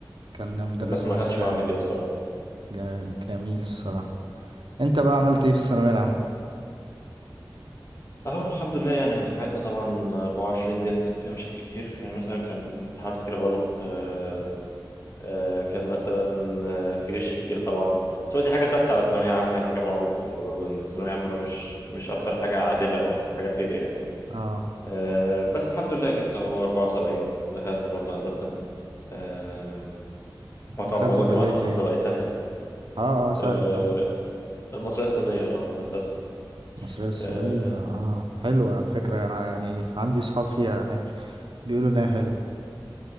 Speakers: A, on the right (about 80°); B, on the left (about 40°).
A: كان مدرس
B: بس ما
A: ماس
B: خدتش
A: آه،
B: معاه قبل كده الصراحه
A: جا- جميل الصراحه
B: مم.
A: انت بقى عملت
B: مم.
A: ايه في الثانويه العامه
B: اهو الحمد لله يعني دفعتنا طبعا 24 ديت كان فيها مشاكل كتير يعني مثلا كان امتحانات كتير غلط آه، آه، كان مثلا آه، في غش كتير طبعا بس هو دي حاجه ثابته على ثانويه عامه يعني حاجه معروفه يعني برضو ان الثانويه عامه مش مش اكتر حاجه عادله او اكتر حاجه فير يعني
A: اه
B: آه، بس الحمد لله جبت اهو 74 دخلت برضو هندسه آه، هو طبعا
A: دخلت
B: موضوع
A: كليه
B: الجامعات الخاصه
A: ايه
B: بقى يسهل
A: اه اه سهل
B: آه،
A: طبعا
B: المصرية الصينية اه هندسة
A: المصريه الصينيه
B: اه
A: اه حلوه على فكره انا يعني عندي صحاب فيها هناك بيقولوا انها حلوه